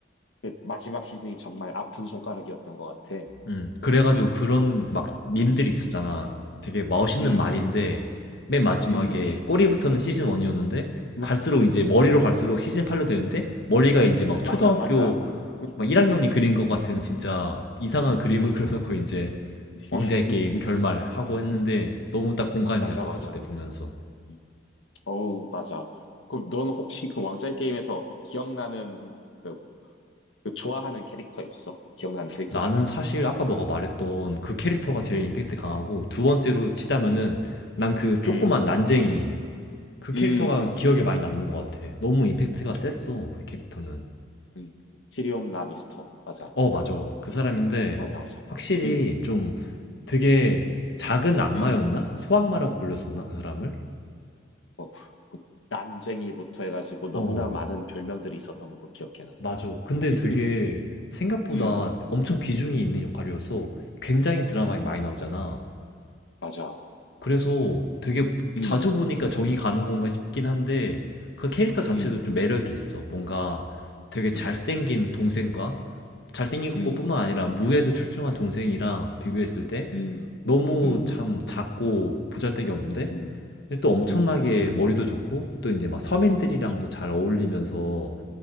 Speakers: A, on the left (about 85°); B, on the left (about 60°).
A: 그 마지막 시즌이 정말 아픈 손가락이었던 것 같아.
B: 음, 그래가지고
A: 어.
B: 그런 막 밈들이
A: 음,
B: 있었잖아. 되게 멋있는
A: 음,
B: 말인데, 맨 마지막에
A: 음.
B: 꼬리부터는 시즌 1이었는데,
A: 마,
B: 갈수록 이제 머리로 갈수록 시즌 8로 되는데, 머리가 이제 막 초등학교
A: 맞아, 맞아. 음,
B: 막 1학년이
A: 음,
B: 그린 것 같은 진짜 이상한
A: 음.
B: 그림을 <laughs> 그려놓고
A: 음.
B: 이제
A: <laughs>
B: 왕자의 게임 결말하고 했는데, 너무 딱 공감이
A: 맞아,
B: 갔었어,
A: 맞아.
B: 그때 보면서.
A: 음. 어우, 맞아. 그럼 넌 혹시 그 왕좌의 게임에서 기억나는 그, 그 좋아하는 캐릭터 있어? 기억나는 캐릭터
B: 나는
A: 중에?
B: 사실 아까 너가 말했던 그 캐릭터가 제일
A: 음,
B: 임팩트 강하고, 두 번째로 치자면은,
A: 음,
B: 난 그 조그만
A: 음,
B: 난쟁이, 그 캐릭터가
A: 음,
B: 기억에 많이 남는 것 같아. 너무 임팩트가
A: 음.
B: 셌어, 그 캐릭터는.
A: 음. 티리온 라니스터. 맞아,
B: 어, 맞아. 그 사람인데,
A: 맞아, 맞아.
B: 확실히
A: 음,
B: 좀 되게
A: 음,
B: 작은 악마였나?
A: 음.
B: 소악마라고 불렸었나? 그 사람을?
A: 어, 그 난쟁이부터 해가지고 너무나
B: 어,
A: 많은 별명들이 있었던 걸로 기억해 나는.
B: 맞아. 근데
A: <laughs>
B: 되게 생각보다
A: 음,
B: 엄청 비중이 있는 역할이어서 굉장히 드라마에
A: 음,
B: 많이 나오잖아.
A: 맞아.
B: 그래서 되게
A: 음,
B: 자주 보니까 정이 가는 건가 싶긴 한데 그 캐릭터 자체도
A: 음,
B: 좀 매력이 있어. 뭔가 되게 잘생긴
A: 음,
B: 동생과 잘생긴
A: 음,
B: 것뿐만 아니라 무예도 출중한 동생이랑 비교했을 때
A: 음,
B: 너무
A: 음,
B: 참 작고 보잘데기 없는데
A: 음,
B: 근데 또 엄청나게
A: 음,
B: 머리도 좋고 또 이제 막 서민들이랑도
A: 맞아.
B: 잘 어울리면서